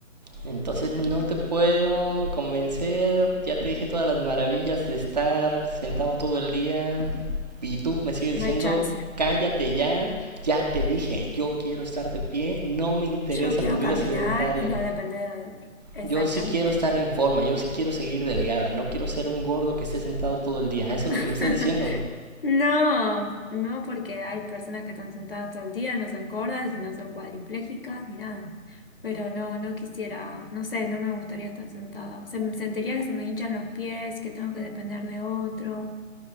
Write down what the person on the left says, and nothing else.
no
hay chance.
Yo quiero
caminar
y no depender de otro. Exactamente.
<laughs>
No, no, porque hay personas que están sentadas todo el día, no son gordas y no son cuadriplégicas ni nada. Pero no, no quisiera, no sé, no me gustaría estar sentada. Se, me- sentiría que se me hinchan los pies, que tengo que depender de otro.